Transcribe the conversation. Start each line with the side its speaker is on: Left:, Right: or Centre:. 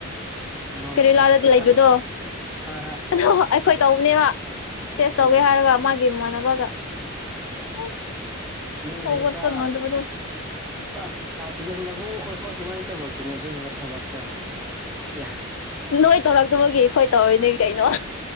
Centre: ꯏꯅꯥꯎ
Left: ꯀꯦꯔꯦꯂꯥꯗꯗꯤ
Centre: ꯅꯨꯄꯥ ꯍꯣꯏ
Left: ꯂꯩꯕꯗꯣ
Centre: ꯈꯪꯉꯤ ꯍꯣꯏ ꯍꯣꯏ
Left: ꯑꯗꯣ ꯑꯩꯈꯣꯏ ꯇꯧꯕꯅꯦꯕ ꯇꯦꯁ ꯇꯧꯒꯦ
Centre: ꯎꯝ
Left: ꯍꯥꯏꯔꯒ ꯃꯥꯒꯤ ꯃꯃꯥꯟꯅꯕꯒ ꯑꯁ
Centre: ꯅꯣꯏꯁꯤꯗꯤ
Left: ꯍꯧꯒꯠꯄ
Centre: ꯄꯨꯔꯥ
Left: ꯉꯝꯗꯕꯗꯣ
Centre: ꯄꯨꯔꯥ ꯁꯥꯊꯤ <unintelligible> ꯈꯣꯏꯐꯥꯎ ꯑꯗꯨꯃꯥꯏꯅ ꯇꯧꯔꯛꯇꯦꯅꯦ ꯑꯗꯨꯒꯨꯝꯕ ꯊꯕꯛꯇꯣ ꯏꯌꯥ
Left: ꯅꯣꯏ ꯇꯧꯔꯛꯇꯕꯒꯤ ꯑꯩꯈꯣꯏ ꯇꯧꯔꯤꯅꯦ ꯀꯩꯅꯣ